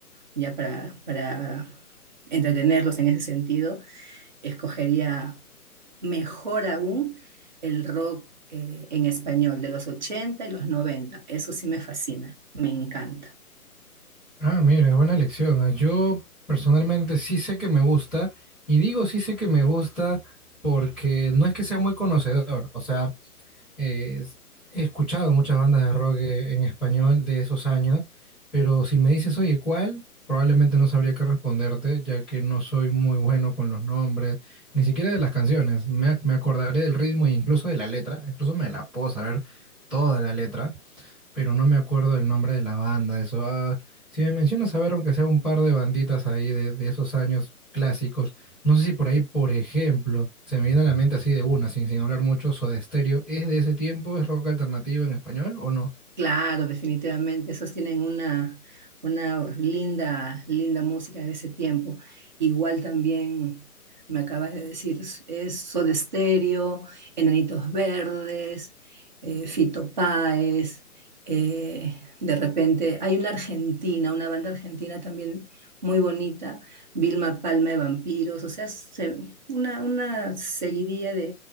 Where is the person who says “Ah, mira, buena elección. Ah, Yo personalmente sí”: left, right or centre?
Centre